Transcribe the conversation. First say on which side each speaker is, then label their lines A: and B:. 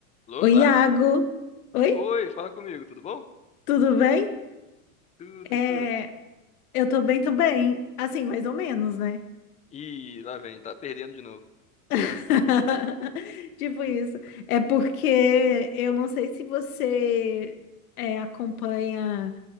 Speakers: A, on the left (about 15°); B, on the left (about 75°).
A: Alô,
B: Oi,
A: claro?
B: Iago. Oi,
A: Oi, fala comigo, tudo bom?
B: tudo bem?
A: Tudo,
B: É,
A: e tu?
B: eu tô bem também. Assim, mais ou menos, né?
A: Ih, lá vem, tá perdendo de novo.
B: <laughs> Tipo isso. É porque eu não sei se você é, acompanha